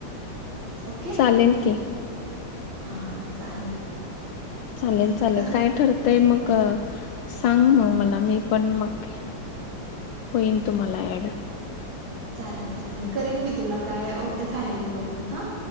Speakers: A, on the right (about 80°); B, on the left (about 75°).
A: ओके.
B: चालेल की.
A: हा, चालेल.
B: चालेल,
A: हम्म.
B: चालेल. काय ठरतंय मग, सांग मग मला. मी पण मग होईन तुम्हाला ऍड.
A: चालेल, चालेल. करेन मी तुला, काय होते. फायनल बघून. हा.